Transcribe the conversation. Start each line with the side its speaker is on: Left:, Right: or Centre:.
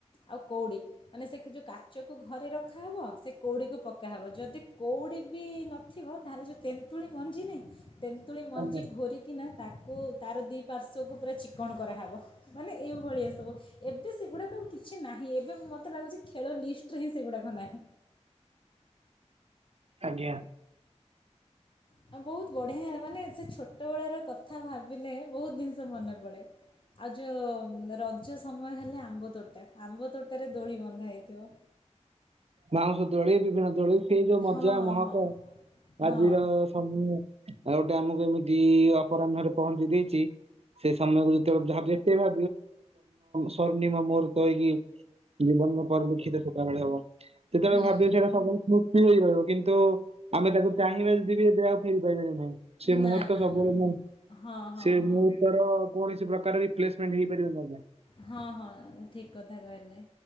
Left: ଆଉ କଉଡ଼ି ମାନେ ସେଠି ଯୋଉ କାଚକୁ ଘରେ ରଖାହେବ ସେ କଉଡ଼ିକୁ ପକାହେବ ଯଦି କଉଡ଼ି ବି ନଥିବ ତାହେଲେ ଯଉ ତେନ୍ତୁଳି ମଞ୍ଜି ନାହିଁ ତେନ୍ତୁଳି ମଞ୍ଜି
Right: ଆଜ୍ଞା
Left: ଘୋରିକ କିନା ତାକୁ ତାର ଦୁଇ ପାର୍ଶ୍ଵକୁ ପୁରା ଚିକଣ କରାହେବ ମାନେ ଏଇଭଳିଆ ସବୁ। ଏବେ ସେଗୁଡ଼ାକ ଆଉ କିଛି ନାହିଁ ଏବେ ମୋତେ ଲାଗୁଛି ଖେଳ ଲିଷ୍ଟରେ ହିଁ ସେଗୁଡ଼ାକ ନାହିଁ।
Right: ଆଜ୍ଞା।
Left: ଆଉ ବହୁତ ବଢ଼ିଆ ମାନେ ସେ ଛୋଟବେଳର କଥା ଭାବିଲେ ବହୁତ ଜିନିଷ ମନେ ପଡ଼େ। ଆଉ ଯଉ ରଜ ସମୟ ହେଲେ ଆମ୍ବ ତୋଟା ଆମ୍ବ ତୋଟାରେ ଦୋଳି ବନ୍ଧା ହେଇଥିବ।
Right: ବାଉଁଶ ଦୋଳି ବିଭିନ୍ନ ଦୋଳି ସେଇ ଯୋଉ ମଜା
Left: ହଁ ହଁ
Right: ମହକ
Left: ହଁ
Right: ଆଜିର
Left: ହଁ
Right: ସ <unintelligible> ଅପରାହ୍ନ ରେ ପହଞ୍ଚେ ଦେଇଛି ସେ ସମୟ <unintelligible> ସ୍ୱର୍ଣ୍ଣ ସ୍ୱର୍ଣୀମ ମୁହୂର୍ତ୍ତ ହେଇକି ଜୀବନରେ ପରିଲିକ୍ଷିତ ସେତେବେଳେ ହବ। କେତେବେଳେ
Left: ହୁଁ
Right: ଭାବିବ ସେଇଟା <unintelligible> ଠିକ୍। ତି ହେଇ ରହିବ କିନ୍ତୁ ଆମେ ତାକୁ ଚାହିଁବା ଯଦି ବି ଏବେ ଆଉ ଫେରି ପାରିବା ହିଁ ନାହିଁ। ସେ
Left: ନା
Right: ମୁହୂର୍ତ୍ତ
Left: ନା
Right: ସବୁବେଳେ
Left: ନା
Right: ମୁଁ
Left: ହଁ ହଁ
Right: ସେ
Left: ହଁ
Right: ମୁହୂର୍ତ୍ତର କୌଣସି ପ୍ରକାର ରିପ୍ଲେସମେଣ୍ଟ ହେଇପାରିବନି ଆଜ୍ଞା।
Left: ହଁ ହଁ ଠିକ୍ କଥା କହିଲେ।